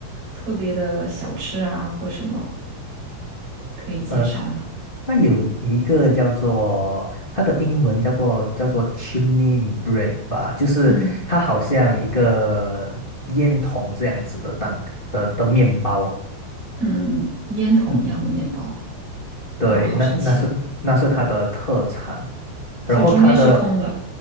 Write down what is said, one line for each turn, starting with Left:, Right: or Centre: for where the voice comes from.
Right: 特别的小吃啊，或什么可以介绍吗？
Left: 呃，它它有一个叫做它的英文叫做叫做 chimney bread 吧，就是它好像一个烟筒这样子的蛋的的面包。
Right: 嗯嗯嗯，嗯烟筒一样的面包，
Left: 嗯对，
Right: 哇，好神奇哦！
Left: 那那是那是它的特产，然后它的，
Right: 所以中间是空的，